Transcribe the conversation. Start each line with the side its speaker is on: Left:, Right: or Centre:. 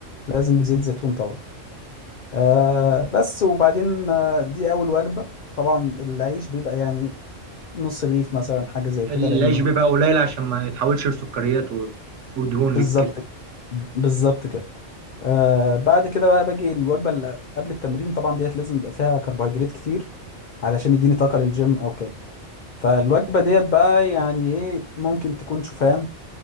Left: لازم زيت زيتون طبعا آه بس وبعدين آه دي أول وجبة طبعا العيش بيبقى يعني نص رغيف مثلا حاجة زي
Right: العيش
Left: كده لأن
Right: بيبقى قليل عشان ما يتحولش لسكريات و- ودهون
Left: بالظبط
Right: للجسم
Left: بالظبط كده آه بعد كده بقى باجي الوجبة اللي قبل التمرين طبعا ديت لازم يبقى فيها كربوهيدرات كتير علشان يديني طاقة للجيم أو كده فالوجبة ديت بقى يعني إيه ممكن تكون شوفان